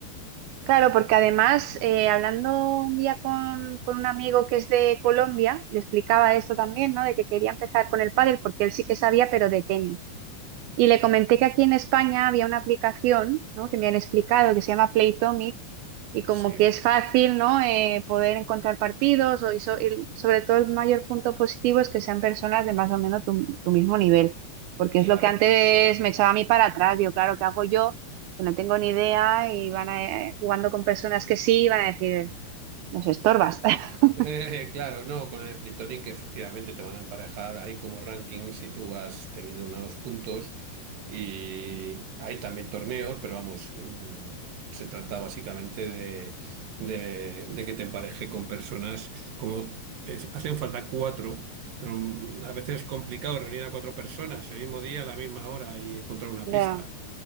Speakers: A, on the right; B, on the right.
A: Claro, porque además, eh, hablando un día con, con un amigo que es de Colombia, le explicaba esto también, ¿no? De que quería empezar con el pádel porque él sí que sabía, pero de tenis. Y le comenté que aquí en España había una aplicación, ¿no? que me han explicado que se llama Playtomic y como
B: Sí,
A: que es fácil, ¿no? eh, poder encontrar partidos o, y so- y sobre todo el mayor punto positivo es que sean personas de más o menos tu, tu mismo nivel, porque
B: claro.
A: es lo que antes me echaba a mí para atrás, digo, claro, ¿qué hago yo? Que no tengo ni idea y van a, eh, jugando con personas que sí, van a decir, nos estorbas. <laughs>
B: <laughs> claro, no, con el Plitonic efectivamente te van a emparejar. Hay como rankings y tú vas teniendo unos puntos. Y hay también torneos, pero vamos, mm, se trata básicamente de, de- de que te empareje con personas como es- hacen falta cuatro. Mm, A veces es complicado reunir a cuatro personas el mismo día, a la misma hora y encontrar una
A: Ya,
B: pista.